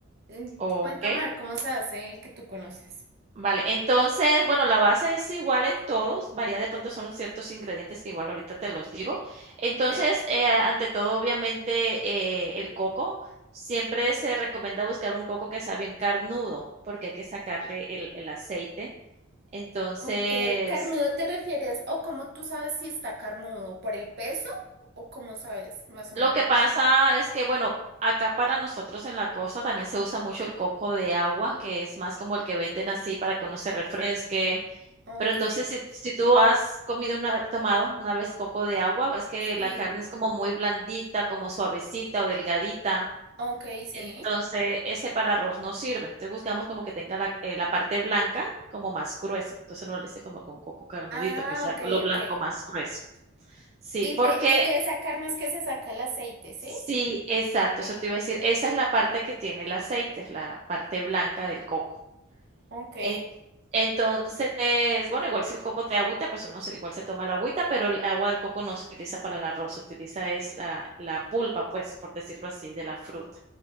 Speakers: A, on the right; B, on the right.
A: Mm,
B: Ok.
A: Cuéntame a ver cómo se hace el que tú conoces.
B: Vale, entonces, bueno, la base es igual en todos, varía de pronto son ciertos ingredientes que igual ahorita te los digo. Entonces,
A: Ok.
B: eh, ante todo, obviamente, eh, el coco, siempre se recomienda buscar un coco que sea bien carnudo, porque hay que sacarle el, el aceite. Entonces,
A: Ok, ¿carnudo te refieres o cómo tú sabes si está carnudo? ¿Por el peso o cómo sabes, más o menos?
B: lo que pasa es que, bueno, acá para nosotros en la costa también se usa mucho el coco de agua, que es más como el que venden así para que uno se refresque
A: Ok,
B: Pero entonces, si si tú has comido una tomado una vez coco de agua, ves que
A: sí.
B: la carne es como muy blandita, como suavecita o delgadita.
A: Ok, sí.
B: Entonces, ese para arroz no sirve. Entonces, buscamos como que tenga la, eh, la parte blanca como más gruesa. Entonces, uno le dice como con coco carnudito,
A: Ah,
B: que sea
A: ok,
B: lo blanco
A: ok.
B: más grueso. Sí,
A: Y
B: porque
A: de, y de esa carne es que se saca el aceite, ¿sí?
B: sí, exacto,
A: Ok.
B: eso te iba a decir. Esa es la parte que tiene el aceite, es la parte blanca del coco.
A: Ok,
B: En entonces, bueno, igual si el coco trae agüita, pues uno se, igual se toma la agüita, pero el agua del coco no se utiliza para el arroz, se utiliza es la, la pulpa, pues, por decirlo así, de la fruta.